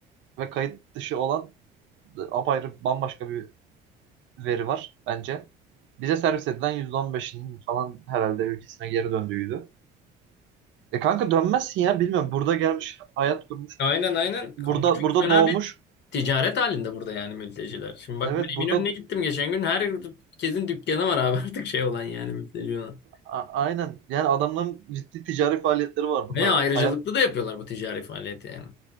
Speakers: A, on the right; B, on the left.
A: ve kayıt dışı olan apayrı bambaşka bir veri var bence. Bize servis edilen yüzde on beşinin falan herhalde ülkesine geri döndüğüydü. E kanka dönmezsin ya bilmiyorum. Burada gelmiş, hayat kurmuş.
B: Aynen aynen. Kanka
A: Burada
B: çok
A: burada
B: fena
A: doğmuş.
B: bir ticaret halinde burada yani mülteciler. Şimdi bak
A: Evet
B: ben
A: burada
B: Eminönü'ne gittim geçen gün. Herkesin dükkanı var abi <laughs> artık şey olan yani mülteci olan.
A: a- aynen. Yani adamların ciddi ticari faaliyetleri var burada
B: Ve
A: artık.
B: ayrıcalıklı
A: Hayat
B: da yapıyorlar bu ticari faaliyeti yani.